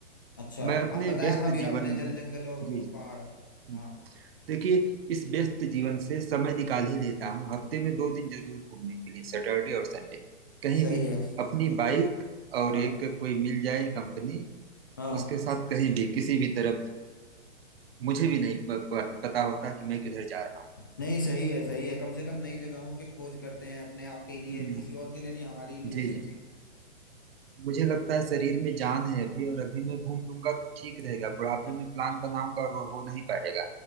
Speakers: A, on the left; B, on the right.
A: अच्छा
B: मैं अपने
A: हाँ बताया
B: व्यस्त
A: था अभी
B: जीवन
A: आपने जल
B: में
A: जंगल और वो
B: जी जी,
A: पहाड़ हाँ
B: हम्म। देखिए इस व्यस्त जीवन से समय निकाल ही लेता हूँ हफ्ते में दो दिन जरूर घूमने के लिए सैटरडे और संडे कहीं
A: सही
B: भी
A: है
B: अपनी बाइक और
A: हाँ
B: एक कोई मिल जाए कंपनी
A: हाँ
B: उसके साथ कहीं भी किसी भी तरफ मुझे भी नहीं प, प, पता होता कि मैं किधर जा रहा हूँ
A: नहीं सही है सही है कम से कम नई जगहों की खोज करते हैं अपने आप के लिए
B: हम्म,
A: किसी और के लिए नहीं हमारे ही लिए
B: जी
A: सही
B: जी मुझे लगता है शरीर में जान है अभी और अभी मैं घूम लूंगा तो ठीक रहेगा बुढ़ापे में प्लान बनाऊंगा और वो हो नहीं पाएगा